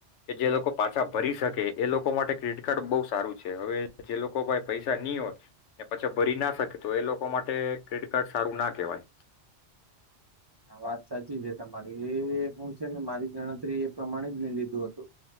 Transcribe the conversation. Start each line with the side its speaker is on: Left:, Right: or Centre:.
Left: કે જે લોકો પાછા ભરી શકે એ લોકો માટે ક્રેડિટ કાર્ડ બહુ સારું છે. હવે જે લોકો ભાઈ પૈસા નહીં હોય એ પછી ભરી ના શકે તો એ લોકો માટે ક્રેડિટ કાર્ડ સારું ના <inaudible>
Right: હ વાત સાચી છે તમારી એ હું છે ને મારી ગણતરી એ પ્રમાણે જ મે લીધું હતું.